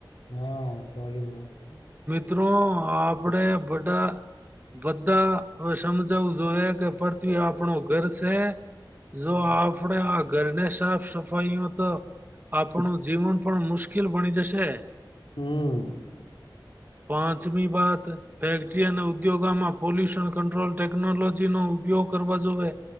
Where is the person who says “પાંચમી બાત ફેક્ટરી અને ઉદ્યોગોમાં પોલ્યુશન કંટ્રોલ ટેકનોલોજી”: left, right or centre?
Right